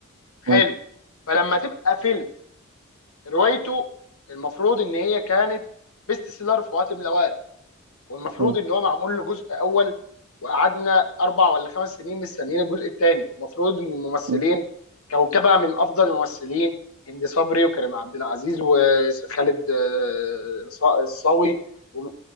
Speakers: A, on the left; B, on the right.
A: حلو
B: مم.
A: فلما تبقى فيلم روايته المفروض ان هي كانت بيست سيلر في وقت من الاوقات والمفروض
B: مم.
A: ان هو معمول له جزء اول وقعدنا اربع ولا خمس سنين مستنيين الجزء الثاني المفروض ان الممثلين
B: مم.
A: كوكبه من افضل الممثلين هند صبري وكريم عبد العزيز وخالد آه، صا- الصاوي و-